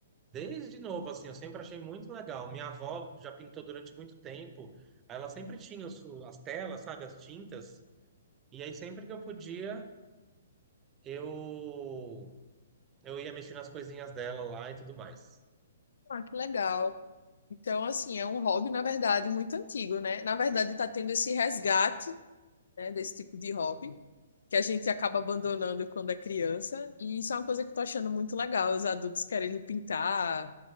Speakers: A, on the right (about 25°); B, on the left (about 70°).
A: Desde novo, assim, eu sempre achei muito legal. Minha avó já pintou durante muito tempo. Ela sempre tinha os- as telas, sabe, as tintas. E aí, sempre que eu podia, eu, eu ia mexer nas coisinhas dela lá e tudo mais.
B: Ah, que legal. Então, assim, é um hobby, na verdade, muito antigo, né? Na verdade, está tendo esse resgate, né, desse tipo de hobby, que a gente acaba abandonando quando é criança. E isso é uma coisa que eu tô achando muito legal, os adultos querendo pintar,